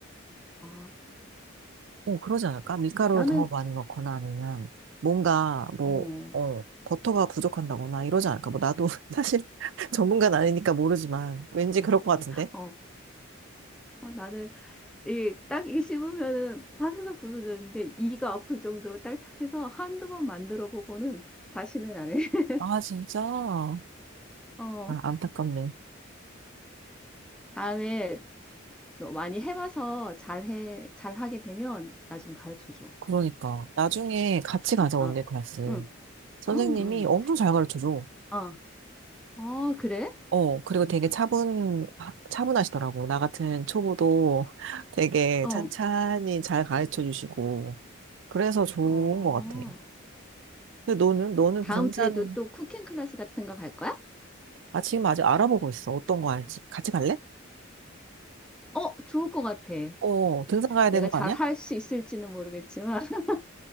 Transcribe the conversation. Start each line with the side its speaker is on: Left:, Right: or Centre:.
Centre: 아,
Right: 어, 그러지 않을까? 밀가루를
Centre: 나는
Right: 더 많이 넣거나 아니면 뭔가 뭐,
Centre: 어,
Right: 어, 버터가 부족한다거나 이러지 않을까? 뭐 나도 <laughs> 사실 <laughs> 전문가는 아니니까 모르지만 왠지 그럴 것 같은데?
Centre: 어, 어, 나는 이 딱이 씹으면은 파스석 부서졌는데 이가 아플 정도로 딱딱해서 한두 번 만들어 보고는 다시는 안 해. <laughs>
Right: 아, 진짜? 아,
Centre: 어, 어.
Right: 안타깝네.
Centre: 다음에 너 많이 해봐서 잘해 잘하게 되면 나 좀 가르쳐 줘.
Right: 그러니까. 나중에 같이 가자, 원데이
Centre: 어,
Right: 클래스.
Centre: 응,
Right: 선생님이
Centre: 응, 응.
Right: 엄청 잘 가르쳐줘.
Centre: 어, 어, 그래?
Right: 어, 그리고 되게 차분, 차분하시더라고. 나 같은 초보도 <laughs> 되게
Centre: 어,
Right: 찬찬히 잘 가르쳐 주시고. 그래서 좋은
Centre: 어.
Right: 것 같아. 근데 너는, 너는
Centre: 다음
Right: 등산,
Centre: 주에도 또 쿠킹 클래스 같은 거 갈 거야?
Right: 아, 지금 아직 알아보고 있어. 어떤 거 할지. 같이 갈래?
Centre: 어, 좋을 것 같아.
Right: 어, 등산 가야 되는
Centre: 내가
Right: 거
Centre: 잘
Right: 아니야?
Centre: 할 수 있을지는 모르겠지만, <laughs>